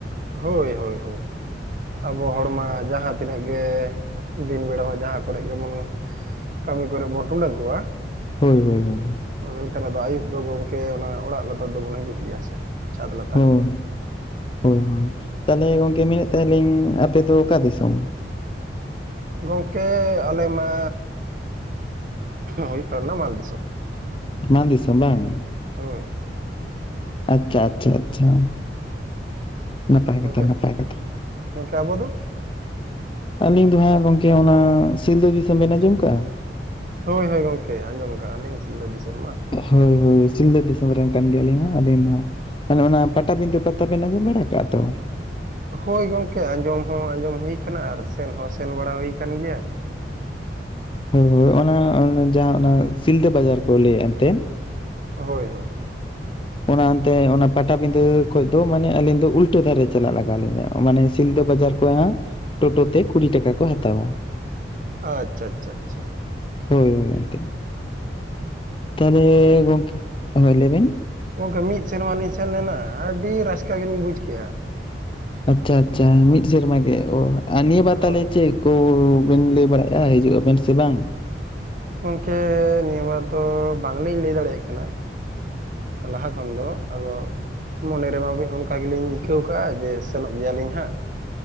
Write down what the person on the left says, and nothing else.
ᱦᱳᱭ ᱦᱳᱭ ᱦᱳᱭ
ᱦᱳᱭ
ᱦᱳᱭ ᱦᱳᱭ, ᱛᱟᱦᱚᱞᱮ ᱜᱚᱝᱠᱮ ᱢᱮᱱᱮᱫ ᱛᱟᱦᱮᱞᱤᱧ ᱟᱯᱮ ᱫᱚ ᱚᱠᱟ ᱫᱤᱥᱚᱢ?
ᱢᱟᱱ ᱫᱤᱥᱚᱢ ᱵᱟᱝ
ᱟᱪᱪᱷᱟ ᱟᱪᱪᱷᱟ ᱟᱪᱪᱷᱟ ᱱᱟᱯᱟᱭ
ᱠᱟᱛᱷᱟ ᱱᱟᱯᱟᱭ ᱠᱟᱛᱷᱟ।
ᱟᱹᱞᱤᱧ ᱫᱚ ᱦᱟᱸᱜ ᱜᱚᱝᱠᱮ ᱚᱱᱟ ᱥᱤᱞᱫᱟᱹ ᱫᱤᱥᱚᱢ ᱵᱮᱱ ᱟᱸᱡᱚᱢ ᱠᱟᱜᱼᱟ।
ᱦᱳᱭ ᱦᱳᱭ ᱥᱤᱞᱫᱟᱹ ᱫᱤᱥᱚᱢ ᱨᱮᱱ ᱠᱟᱱ ᱜᱮᱭᱟᱞᱤᱧ ᱦᱟᱸᱜ ᱟᱹᱞᱤᱧ ᱫᱚ ᱦᱟᱸᱜ। ᱟᱞᱮ ᱚᱱᱟ ᱯᱟᱴᱟᱵᱤᱱᱸᱫᱟᱹ ᱯᱟᱛᱟ ᱵᱮᱱ ᱟᱸᱡᱚᱢ ᱵᱟᱲᱟ ᱠᱟᱜᱼᱟ ᱛᱚ।
ᱦᱳᱭ ᱦᱳᱭ ᱚᱱᱟ ᱡᱟᱦᱟᱸ ᱚᱱᱟ ᱥᱤᱞᱫᱟᱹ ᱵᱟᱡᱟᱨ ᱠᱚ ᱞᱟᱹᱭᱮᱫ ᱮᱱᱛᱮᱫ
ᱚᱱᱟ ᱚᱱᱛᱮ ᱚᱱᱟ ᱯᱟᱴᱟᱵᱤᱸᱫᱟᱹ ᱠᱷᱚᱡ ᱫᱚ ᱢᱟᱱᱮ ᱟᱹᱞᱤᱧ ᱫᱚ ᱩᱞᱴᱟᱹ ᱫᱷᱟᱨᱮ ᱪᱟᱞᱟᱜ ᱞᱟᱜᱟᱣ ᱞᱤᱧᱟ ᱢᱟᱱᱮ ᱥᱤᱫ ᱵᱟᱡᱟ ᱠᱷᱚᱡ ᱦᱟᱸᱜ ᱴᱳᱴᱳ ᱛᱮ ᱠᱩᱲᱤ ᱴᱟᱠᱟ ᱠᱚ ᱦᱟᱛᱟᱣᱟ।
ᱦᱳᱭ ᱦᱳᱭ ᱮᱱᱛᱮ। ᱛᱟᱦᱚᱞᱮ ᱜᱚᱝᱠᱮ ᱦᱳᱭ ᱞᱟᱹᱭ ᱵᱤᱱ
ᱟᱪᱪᱷᱟ ᱟᱪᱪᱷᱟ ᱢᱤᱫ ᱥᱮᱨᱢᱟ ᱜᱮ ᱚ ᱟᱨ ᱱᱤᱭᱟᱹ ᱵᱟᱨ
ᱛᱟᱦᱚᱞᱮ ᱪᱮᱫ ᱠᱚ ᱵᱮᱱ ᱞᱟᱹᱭ ᱵᱟᱲᱟᱭᱮᱫᱼᱟ ᱦᱤᱡᱩᱜ ᱟᱵᱮᱱ ᱥᱮ ᱵᱟᱝ